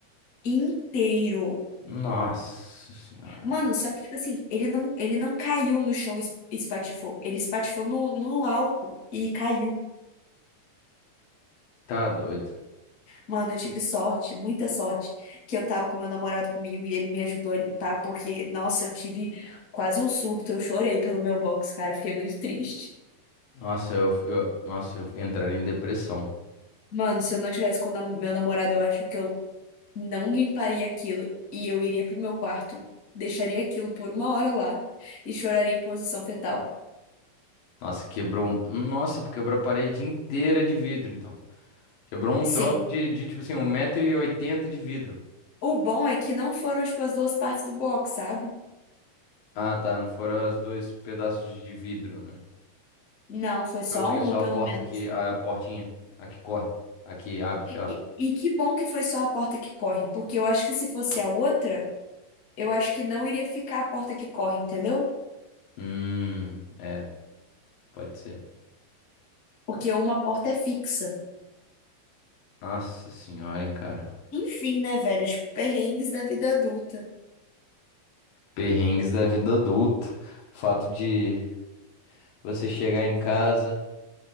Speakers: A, on the left; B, on the left.
A: inteiro.
B: Nossa senhora.
A: Mano, só que tipo assim, ele não, ele não caiu no chão e es- espatifou, ele espatifou no, no alto e caiu.
B: Tá doido.
A: Mano, eu tive sorte, muita sorte, que eu tava com meu namorado comigo e ele me ajudou a limpar, porque, nossa, eu tive quase um surto, eu chorei pelo meu box, cara, eu fiquei muito triste.
B: Nossa, eu, eu- nossa, eu entraria em depressão.
A: Mano, se eu não tivesse com o nam- meu namorado, eu acho que eu não limparia aquilo e eu iria pro meu quarto, deixaria aquilo por uma hora lá e choraria em posição fetal.
B: Nossa, quebrou. Nossa, quebrou a parede inteira de vidro, então. Quebrou um
A: Sim,
B: troço de, de tipo assim, um metro e oitenta de vidro.
A: o bom é que não foram, tipo, as duas partes do box, sabe?
B: Ah, tá. Não foram os dois pedaços de vidro, né?
A: Não, foi só
B: Foi o quê?
A: uma,
B: Só
A: pelo
B: a porta
A: menos.
B: que. A portinha. A que corre. A que abre, sei lá.
A: E, e que bom que foi só a porta que corre, porque eu acho que se fosse a outra, eu acho que não iria ficar a porta que corre, entendeu?
B: Hum, é, pode ser.
A: Porque uma porta é fixa.
B: Nossa senhora, hein, cara.
A: Enfim, né, velho? Tipo, perrengues da vida adulta.
B: Perrengues da vida adulta. O fato de você chegar em casa